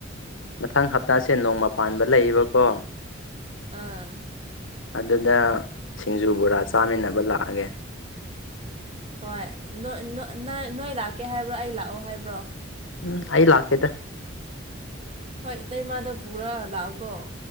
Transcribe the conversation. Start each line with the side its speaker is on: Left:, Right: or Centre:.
Left: ꯃꯊꯪ ꯍꯞꯇꯥꯁꯦ ꯅꯣꯡꯃ ꯄꯥꯟꯕ ꯂꯩꯌꯦꯕꯀꯣ
Right: ꯑꯥ
Left: ꯑꯗꯨꯗ ꯁꯤꯡꯖꯨ ꯕꯣꯔꯥ ꯆꯥꯃꯤꯟꯅꯕ ꯂꯥꯛꯑꯒꯦ
Right: ꯍꯣꯏ ꯅ ꯅꯣꯏ ꯂꯥꯛꯀꯦ ꯍꯥꯏꯕ꯭ꯔꯣ ꯑꯩ ꯂꯥꯛꯑꯣ ꯍꯥꯏꯕ꯭ꯔꯣ
Left: ꯎꯝ ꯑꯩ ꯂꯥꯛꯀꯦꯗ
Right: ꯍꯣꯏ ꯏꯇꯩꯃꯗ ꯄꯨꯔꯥ ꯂꯥꯛꯑꯣ ꯀꯣ